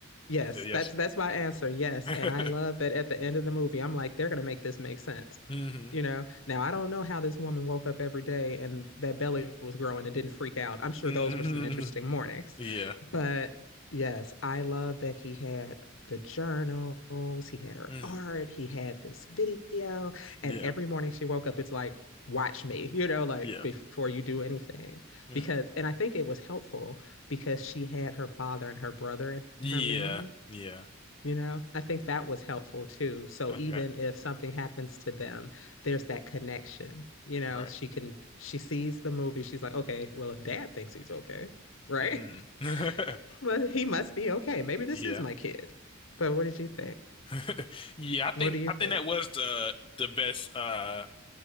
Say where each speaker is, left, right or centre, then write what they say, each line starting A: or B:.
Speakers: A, on the left (about 70°); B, on the left (about 25°).
A: Yes,
B: you said yes.
A: that's that's my answer. Yes,
B: <laughs>
A: and I love that at the end of the movie, I'm like, they're gonna make this make sense.
B: hmm
A: You know, now I don't know how this woman woke up every day and that belly was growing and didn't freak out. I'm sure
B: hmm
A: those were some interesting mornings.
B: Yeah.
A: But yes, I love that he had the journals, he had her
B: hmm
A: art, he had this video,
B: Yeah.
A: and every morning she woke up, it's like, watch me, you know, like
B: Yeah.
A: before you do anything.
B: Mm.
A: Because, and I think it was helpful because she had her father and her brother in
B: Yeah.
A: her memory.
B: Yeah.
A: You know, I think that was helpful too. So
B: Okay.
A: even if something happens to them, there's that connection. You know,
B: Right.
A: she can, she sees the movie. She's like, okay, well, if dad thinks he's okay, right?
B: hmm <laughs>
A: <laughs> well, he must be okay. Maybe this
B: Yeah.
A: is my kid. But what did you think?
B: <laughs> Yeah, I
A: What
B: think
A: do you
B: I
A: think?
B: think that was the the best uh